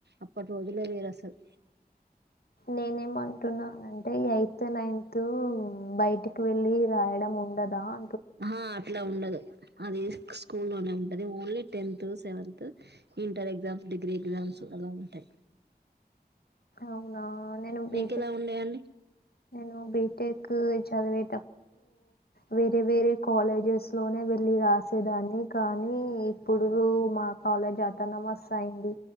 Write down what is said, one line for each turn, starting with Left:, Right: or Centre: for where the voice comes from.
Right: అప్పటి రోజులే వేరసలు
Left: నేనేమో తున్నానంటే యయ్ త్ నైన్త్ బయటికి వెళ్ళి రాయడం ఉండదా అ
Right: ఆహ అట్ల ఉండదు అది స్కూల్ లోనే ఉంటది, only tenth, seventh, inter exams degree exams అలా ఉంటాయి
Left: అవునా నేను
Right: మీకు
Left: బీటెక్,
Right: ఎలా ఉండేయండి
Left: నేను బీ టేక్ చదివి వేరే వేరే కాలేజెస్ లోనే వెళ్ళి రాస్ చ్చే దాన్ని కానీ ఇప్పుడూ మా కాలేజ్ అటానమస్ అయ్యింది